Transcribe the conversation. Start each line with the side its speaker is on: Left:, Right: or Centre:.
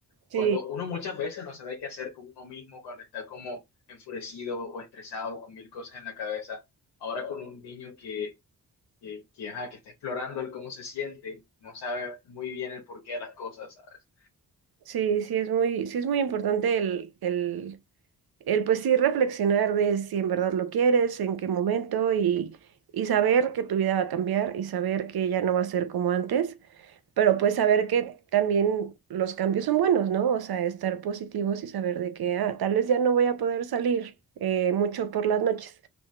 Right: Sí,
Left: cuando uno muchas veces no sabe qué hacer con uno mismo, cuando está como enfurecido o estresado con mil cosas en la cabeza, ahora con un niño que, que, que, ajá, que está explorando el cómo se siente, no sabe muy bien el porqué de las cosas, ¿sabes?
Right: sí, sí es muy, sí es muy importante el, el El pues sí reflexionar de si en verdad lo quieres, en qué momento y, y saber que tu vida va a cambiar y saber que ya no va a ser como antes, pero pues saber que también los cambios son buenos, ¿no? O sea, estar positivos y saber de que ah, tal vez ya no voy a poder salir eh, mucho por las noches,